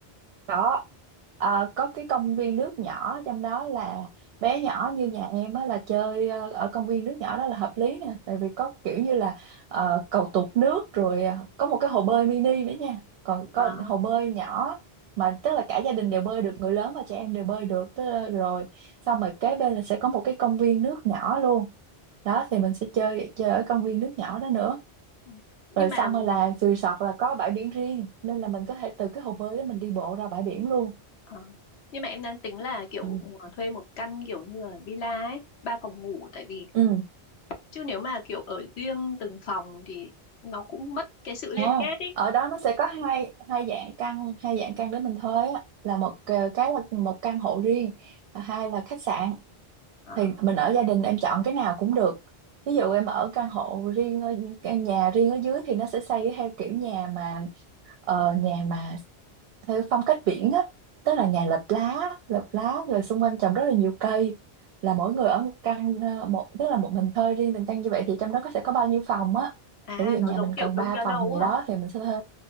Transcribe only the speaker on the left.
à
ừ,
ừ. nhưng
mà
ờ, nhưng mà em đang tính là kiểu
thuê một căn kiểu như là villa ấy ba phòng ngủ tại vì
chứ nếu mà kiểu ở riêng từng phòng thì nó cũng mất cái sự
liên kết ý
à
À,
nó giống
kiểu
bungalow
á
hả?